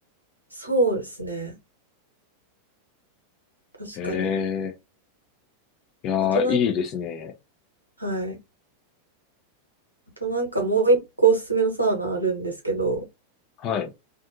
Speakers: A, on the right; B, on the left.
A: そうですね。確かに。
B: へえいやー、
A: あとなん、
B: いいですね。
A: はい。あとなんかもう一個おすすめのサウナあるんですけど、
B: はい。